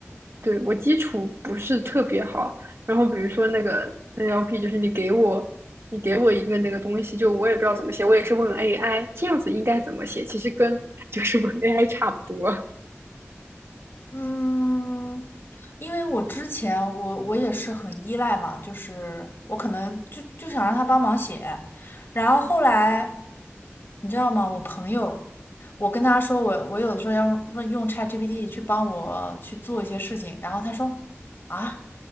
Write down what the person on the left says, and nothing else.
嗯，因为我之前我我也是很依赖嘛，就是我可能就就想让他帮忙写，然后后来。你知道吗？我朋友，我跟他说我我有的时候要问用 ChatGPT 去帮我去做一些事情，然后他说啊，